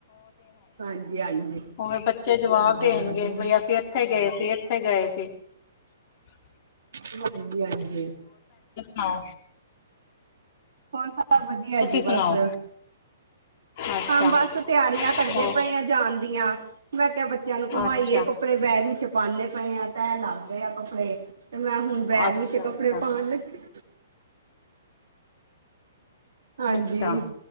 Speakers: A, on the right; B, on the left.
A: ਹਾਂਜੀ, ਹਾਂਜੀ
B: ਹੋਰ ਬੱਚੇ ਬੱਚੇ ਜਵਾਬ
A: ਹਾਂ
B: ਦੇਣਗੇ,
A: ਵਧੀਆ
B: ਵਈ ਅਸੀਂ ਇੱਥੇ ਗਏ ਸੀ। ਇਥੇ ਗਏ ਸੀ ।
A: ਹਮ <unintelligible> ਜੀ ਹਾਂਜੀ,
B: ਹਾਂ,
A: ਪੰਜ ਸਾਲ ਸਭ ਵਧੀਆ ਜੀ
B: ਸੁਣਾਓ
A: ਬਸ,
B: ਅੱਛਾ
A: ਹਾਂ ਬਸ ਤਿਆਰੀਆਂ ਕਰਦੇ
B: ਹੋ
A: ਪਏ ਆ ਜਾਣ ਦੀਆਂ, ਮੈਂ ਬੱਚਿਆਂ ਨੂੰ ਘੁਮਾਈਏ
B: ਅੱਛਾ
A: ਕੱਪੜੇ ਬੈਗ ਵਿਚ ਪਾਂਦੇ ਪਏ ਆਂ ਤੈ ਲੱਗ ਗਏ ਆ ਕੱਪੜੇ, ਤੇ ਮੈਂ ਹੁਣ ਬੈਗ
B: ਅੱਛਾ
A: ਵਿੱਚ ਕੱਪੜੇ
B: ਅੱਛਾ
A: ਪਾਉਣ ਲੱਗੀ ਹਾਂਜੀ
B: ਅੱਛਾ!